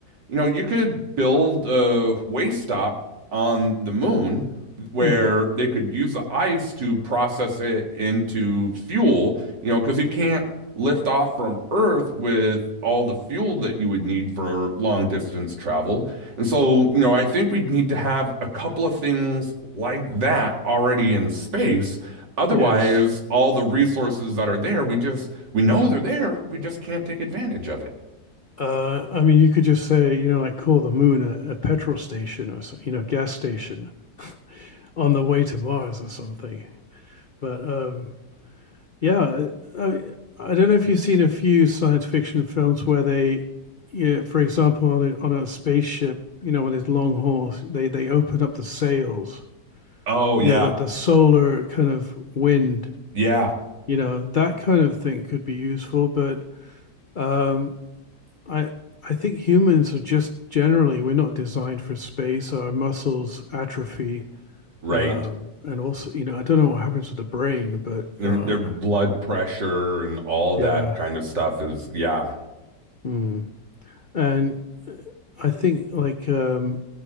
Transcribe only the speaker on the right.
you know, you could build a waste stop on the moon where
they could use the ice to process it into fuel, you know, because you can't lift off from Earth with all the fuel that you would need for long distance travel. And so, you know, I think we'd need to have a couple of things like that already in space Otherwise,
all the resources that are there, we just, we know they're there. We just can't take advantage of it.
Oh,
yeah.
Yeah.
Right.
Their,
their blood pressure and all
that kind of stuff is, yeah.